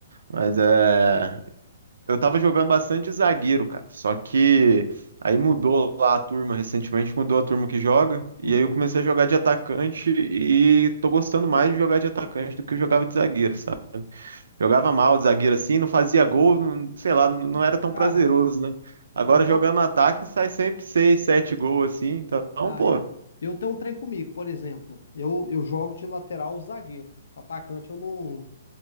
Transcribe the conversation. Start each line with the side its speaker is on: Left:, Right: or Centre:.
Right: Mas é. Eu tava jogando bastante de zagueiro, cara. Só que aí mudou lá a turma, recentemente mudou a turma que joga. E
Left: Uhum.
Right: aí eu comecei a jogar de atacante e tô gostando mais de jogar de atacante do que eu jogava de zagueiro, Jogava mal de zagueiro assim, não fazia gol, não- sei lá, não não era tão
Left: Cara,
Right: prazeroso, né? Agora
Left: eu tenho,
Right: jogando no ataque sai sempre seis, sete gols assim, então,
Left: Ah,
Right: pô,
Left: é. Eu tenho um trem comigo, por exemplo. Eu, eu jogo de lateral ou zagueiro. Atacante eu não,